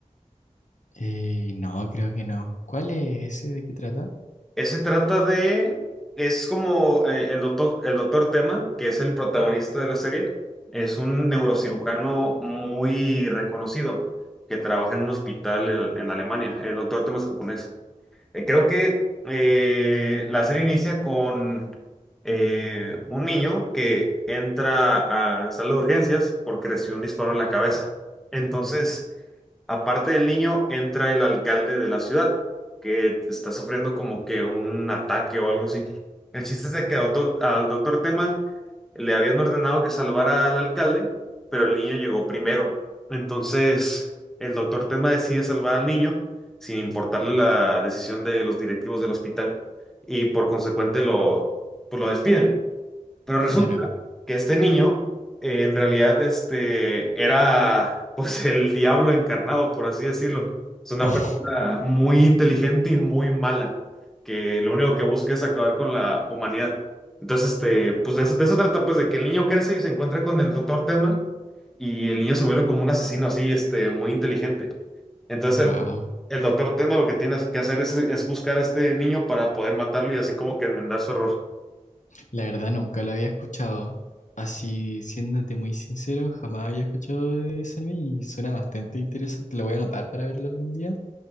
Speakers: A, on the left; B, in the centre.
A: Eh, no, creo que no. ¿Cuál es ese? ¿De qué trata?
B: Ese trata de, es como eh, el doctor, el doctor Tema, que es el protagonista de la serie, es un neurocirujano muy reconocido que trabaja en un hospital en en Alemania. El doctor Tema es japonés. Eh, creo que eh, la serie inicia con eh, un niño que entra a sala de urgencias porque recibió un disparo en la cabeza. Entonces, Aparte del niño, entra el alcalde de la ciudad, que está sufriendo como que un ataque o algo así. El chiste es de que auto- al doctor Tema le habían ordenado que salvara al alcalde, pero el niño llegó primero. Entonces, el doctor Tema decide salvar al niño sin importarle la decisión de los directivos del hospital y por consecuente lo, pues lo despiden. Pero resulta
A: Claro.
B: que este niño, eh, en realidad, este, era, <laughs> pues, el diablo encarnado, por así decirlo. Es una
A: <laughs>
B: persona muy inteligente y muy mala, que lo único que busca es acabar con la humanidad. Entonces, este, pues, de eso, de eso trata, pues, de que el niño crece y se encuentra con el doctor Tedman, y el niño se vuelve como un asesino así, este, muy inteligente. Entonces,
A: Wow.
B: el, el doctor Tedman lo que tiene que hacer es, es buscar a este niño para poder matarlo y así como que enmendar su error.
A: La verdad nunca lo había escuchado. Así, siéndote muy sincero, jamás había escuchado de ese anime y suena bastante interesante. Lo voy a anotar para verlo algún día.